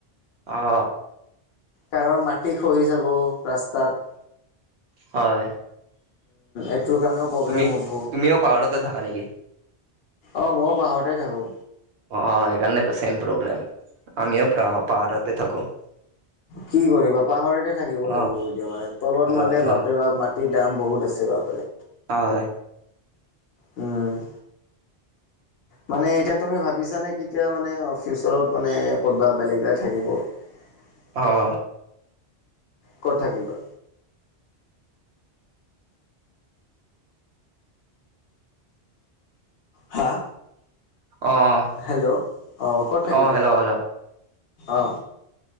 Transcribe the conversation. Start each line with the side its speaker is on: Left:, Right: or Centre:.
Right: অ
Left: কাৰোবাৰ মাটি খহি যাব ৰাস্তাত
Right: হয়
Left: এইটোৰ কাৰণেও প্ৰব্লেম
Right: তুমি
Left: হ'ব
Right: তুমিও পাহাৰতে থাকা নেকি?
Left: অ মইও পাহাৰতে থাকো
Right: অ অ সেইকাৰণেতো ছেম প্ৰব্লেম আমিও পাহাৰতে থাকো
Left: কি কৰিবা পাহৰতে থাকিব লাগিব
Right: অ',
Left: এতিয়া মানে তলত
Right: হয়,
Left: মানে
Right: হয়,
Left: বাপে ব মা সি দাম বহুত আছে বাপাৰে
Right: হয়
Left: উম মানে এতিয়া তুমি ভাবিছানে কেতিয়া মানে ফিচৰত মানে অথবা বেলেগ এজেগাত থাকিব <unintelligible>
Right: অ অ
Left: কত থাকিবা হা
Right: অ',
Left: হেল্ল' অঁ ক'ত থাকিবা
Right: অ', হেল্ল', হেল্ল',
Left: অ